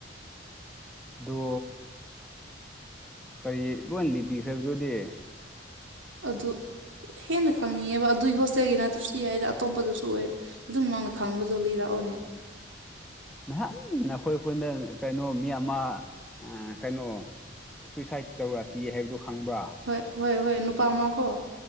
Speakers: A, in the centre; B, on the right.
A: ꯑꯗꯣ ꯀꯔꯤ ꯂꯣꯏ ꯂꯤꯄꯤꯈ꯭ꯔꯕꯗꯨꯗꯤ
B: ꯑꯗꯨ ꯍꯦꯟꯅ ꯈꯪꯅꯤꯡꯉꯦꯕ ꯑꯗꯨꯏ ꯍꯣꯁꯇꯦꯜꯒꯤ ꯅꯠꯇ꯭ꯔꯁꯨ ꯌꯥꯏꯗ ꯑꯇꯣꯞꯄꯗꯁꯨ ꯑꯣꯏ ꯑꯗꯨꯝ ꯉꯅ ꯈꯪꯕꯗꯣ ꯂꯤꯔꯛꯑꯣꯅꯦ
A: ꯃꯍꯥꯟ ꯑꯩꯈꯣꯏ ꯑꯩꯈꯣꯏꯅ ꯀꯩꯅꯣ ꯃꯤ ꯑꯃ ꯀꯩꯅꯣ ꯁꯨꯏꯁꯥꯏꯠ ꯇꯧꯔꯛꯑꯁꯤ ꯍꯥꯏꯕꯗꯨꯣ ꯈꯪꯕ꯭ꯔꯥ
B: ꯍꯣꯏ ꯍꯣꯏ ꯍꯣꯏ ꯅꯨꯄꯥ ꯑꯃꯀꯣ